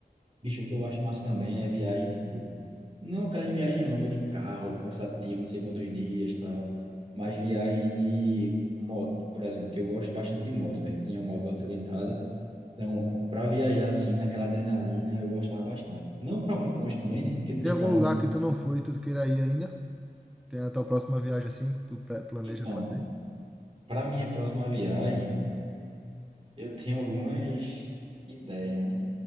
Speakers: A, on the right; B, in the centre.
A: bicho, o que eu acho massa também é viagem, tipo... Não aquelas viagens longas de carro, cansativa, não sei quantos dias tal. Mas viagem de moto, por exemplo, que eu gosto bastante de moto, velho. Eu tinha uma moto de alta cilindrada. Então, para viajar assim, naquela adrenalina, eu gostava bastante. Não para muito longe também, né? Porque não
B: Tem
A: tem
B: algum
A: coluna.
B: lugar
A: pra-
B: que tu não foi e tu queira ir ainda? Tem a tua próxima viagem assim que tu pre- planeja
A: Então,
B: fazer?
A: para minha próxima viagem... Eu tenho algumas ideias, né?